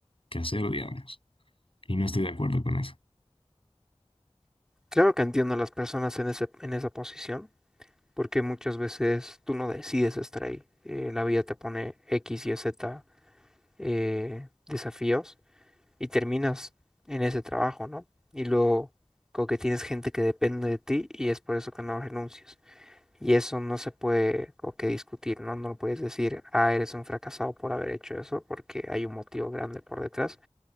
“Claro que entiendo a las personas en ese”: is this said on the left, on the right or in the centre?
Centre